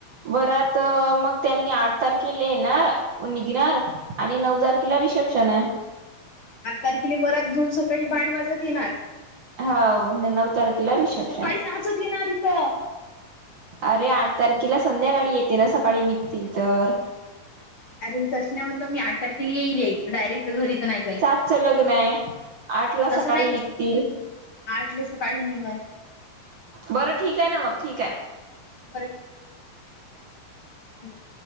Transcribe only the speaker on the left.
म्हणलं.
आठ तारखेला वरात घेऊन सकाळी बॅण्ड वाजवत येणार?
सकाळी नाचत येणार इथं
अरे तशी नाही म्हणतो मी, आठ तारखेला येईलंय डायरेक्ट घरी तर नाही जाईन
तसं
नाही
आठले सकाळी निघण
बरं ठीक आहे ठेवते. व्हय